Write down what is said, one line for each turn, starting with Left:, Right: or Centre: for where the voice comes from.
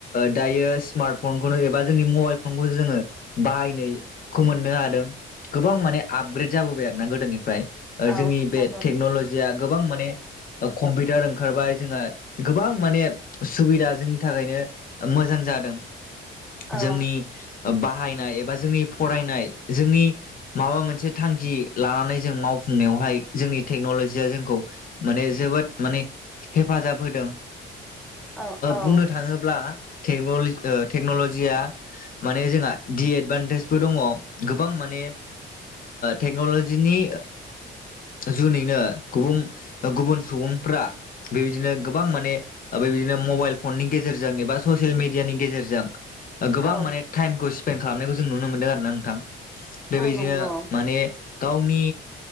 Left: दायो स्मार्ट फनखौनो एबा जोंनि मबाइल फनखौसो जोङो बाहायनाय खौ मोननो हादों गोबां माने आपग्रेद जाबोबाय आरो ना गोदोनिफ्राय।
Centre: औ
Left: जोंनि
Centre: जाबोबाय
Left: बे टेक्न'लजिया गोबां माने कम्पिउटार ओंखारबाय जोंहा गोबां माने सुबिदा जोंनि थाखायनो मोजां जादों
Centre: औ
Left: जोंनि बाहायनाय एबा जोंनि फरायनाय जोंनि माबा मोनसे थांखि लानानै जों मावफुंनायाव बेहाय जोंनि टेकनलजिया जोंखौ माने जोबोद माने हेफाजाब होदों।
Centre: औ औ
Left: बुंनो थाङोब्ला टेक्न'लजिया माने जोंहा दिएदभान्टेजबो दङ। गो गोबां माने टेक्नलजिनि जुनैनो गुबुन गुबुन सुबुंफ्रा बेबायदिनो गोबां माने मबाइल फननि गेजेरजों एबा ससियेल मेडियानि गेजेरजों गोबां
Centre: औ
Left: माने टाइमखौ स्पेन खालामनायखौ जों नुनो मोन्दों आरोना नोंथां बेबायदिनो
Centre: औ नंगौ
Left: माने गावनि